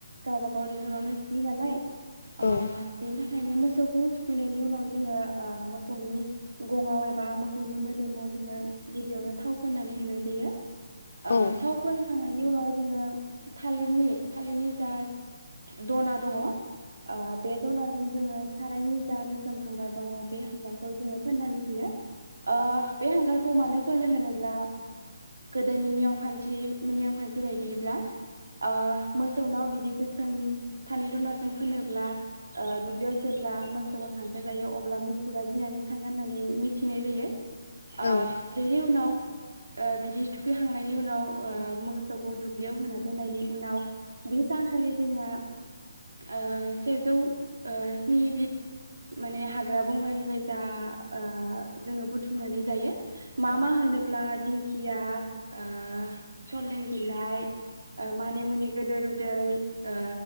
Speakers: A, on the right; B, on the left.
A: गावबागाव दैखरावनो थुखैयो नालाय
B: औ
A: ओ बेनि थाखायनो मोसौ खौ थुखैनायनि उनाव जोङो ओ मोसौनि गङाव एबा मोसौनि मोदोमाव जोङो गिबियावनो थाव फाननानै होनाय जायो। ओ
B: औ
A: थाव मोनखांनाय उनाव जोङो थालिरनि थालिरनि जा दना दङ ओ बे दनाजों जोङो सारायनि जा गोसोम हांगार दङ बे हांगारखौ जोङो फोननानै होयो ओ बे हांगारखौ मानो फोनो होनोब्ला गोदोनि नियम खान्थि नियम खान्थि बायदिब्ला ओ मोसौनाव बिदि गोसोम थानि दुनाजों फोनोब्ला ओ दुब्लियाव जेब्ला मोसौआ खांखार जायो अब्ला मुफुरा गिनानै थाङो होननानै मिथिनाय जायो। आ
B: औ
A: बेनि उनाव आ बिदि थुखैखांनायनि उनाव आ मोसौखौ दुब्लियाव होना दोननायनि उनाव बे सानखालि जोंना आ सेजौ आ स्नि बिद माने हाग्रा बंग्रानिफ्राय जा आ जोङो बुथुमनानै जायो मा मा होनोब्ला दिंखिया आ सले बिलाइ आ मानि मुनि गोदो उदै आ